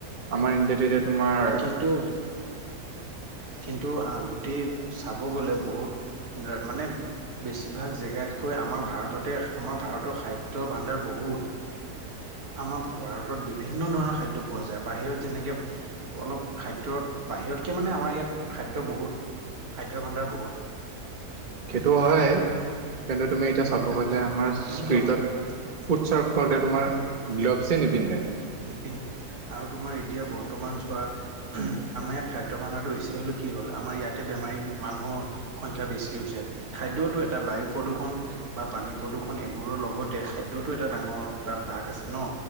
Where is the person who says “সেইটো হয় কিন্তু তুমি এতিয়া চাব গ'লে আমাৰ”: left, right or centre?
Right